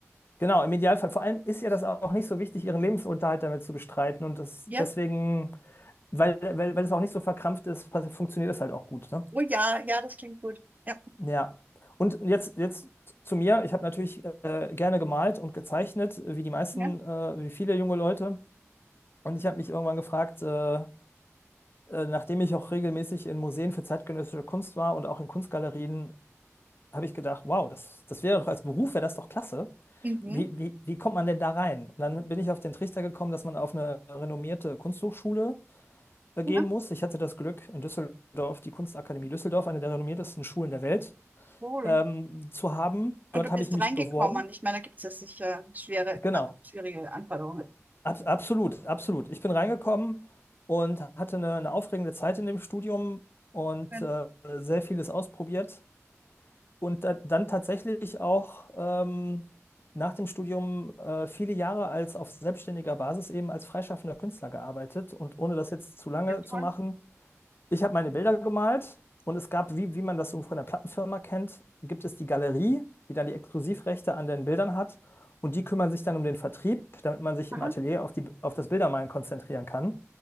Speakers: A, on the left; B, on the right.
A: Genau, im Idealfall. Vor allem ist ihr das auch nicht so wichtig, ihren Lebensunterhalt damit zu bestreiten. Und das,
B: Ja.
A: deswegen. Weil, weil, weil es auch nicht so verkrampft ist, pass- funktioniert es halt auch gut, ne?
B: Oh ja, ja, das klingt gut. Ja.
A: Ja. Und jetzt, jetzt zu mir. Ich habe natürlich äh, gerne gemalt und gezeichnet, wie die meisten,
B: Ja.
A: äh, wie viele junge Leute. Und ich habe mich irgendwann gefragt, äh, äh, nachdem ich auch regelmäßig in Museen für zeitgenössische Kunst war und auch in Kunstgalerien, habe ich gedacht, wow, das, das wäre doch als Beruf, wäre das doch klasse.
B: Mhm.
A: Wie, wie, wie kommt man denn da rein? Und dann bin ich auf den Trichter gekommen, dass man auf eine renommierte Kunsthochschule äh,
B: Ja,
A: gehen muss. Ich hatte das Glück, in Düsseldorf, die Kunstakademie Düsseldorf, eine der renommiertesten Schulen der Welt,
B: cool.
A: ähm, zu haben.
B: Und
A: Dort
B: du bist
A: habe ich mich
B: reingekommen.
A: beworben.
B: Ich meine, da gibt es ja sicher schwere,
A: Genau,
B: äh, schwierige Anforderungen.
A: Abs absolut, absolut. Ich bin reingekommen und hatte eine, eine aufregende Zeit in dem Studium und
B: Schön.
A: äh, sehr vieles ausprobiert. Und da, dann tatsächlich auch ähm, nach dem Studium äh, viele Jahre als auf selbstständiger Basis eben als freischaffender Künstler gearbeitet. Und ohne das jetzt zu lange
B: Ja,
A: zu
B: toll.
A: machen, Ich habe meine Bilder gemalt und es gab, wie, wie man das so von der Plattenfirma kennt, gibt es die Galerie, die dann die Exklusivrechte an den Bildern hat und die kümmern sich dann um den Vertrieb, damit man sich
B: Aha.
A: im Atelier auf die, auf das Bildermalen konzentrieren kann.